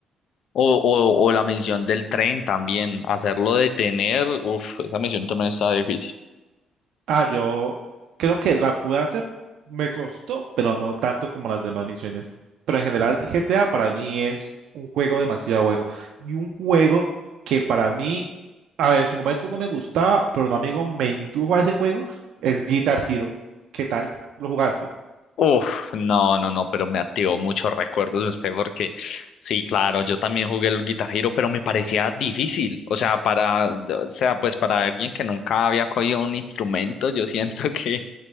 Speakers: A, on the left; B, on the right.
A: O, o, o la misión del tren también, hacerlo detener, uf, esa misión también está difícil.
B: Ah, yo creo que la pude hacer, me costó, pero no tanto como las demás misiones. Pero en general, GTA para mí es un juego demasiado bueno. Y un juego que para mí, a ver, en su momento no me gustaba, pero un amigo me indujo a ese juego, es Guitar Hero. ¿Qué tal? ¿Lo jugaste?
A: Uf, no, no, no, pero me activó muchos recuerdos de usted porque sí, claro, yo también jugué el Guitar Hero, pero me parecía difícil, o sea, para, o sea, pues para alguien que nunca había cogido un instrumento, yo <laughs> siento que